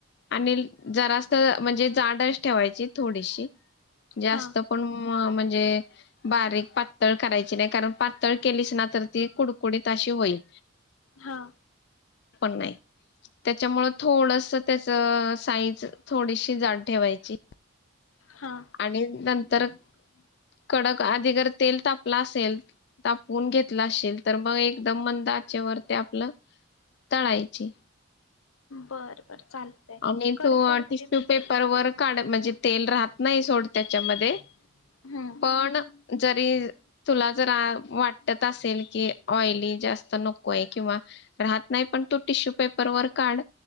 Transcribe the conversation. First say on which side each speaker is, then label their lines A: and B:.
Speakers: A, on the left; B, on the left.
A: आणि जरास म्हणजे जाडच ठेवायची थोडीशी. जास्त
B: हा
A: पण म्ह म्ह म्हंजे बारीक पातळ कराय कारण पातळ केलीच ना तर ती कुडकुडीत अशी होईल.
B: हा
A: पण नाही त्याच्यामुळं थोडस त्याच साईज थोडीशी जाड ठेवायची.
B: हा
A: आणि नं तर कडक आधी जर तेल तापला असेल तापून घेतला असशील तर मग एकदम मंदाचे वरती आपलं तळायचे.
B: बर बर चालतय
A: आणि
B: कर
A: तू
B: करते
A: टिश्यू
B: मग
A: पेपर
B: मी
A: वर काढ म्हंजे तेल राहत नाही सोड त्याच्यामध्ये.
B: हम्म
A: पण जरी तुला जरा वाटत असेल की ऑइली जास्त नको आहे किंवा राहत नाही पण तू टिश्यू पेपरवरर काढ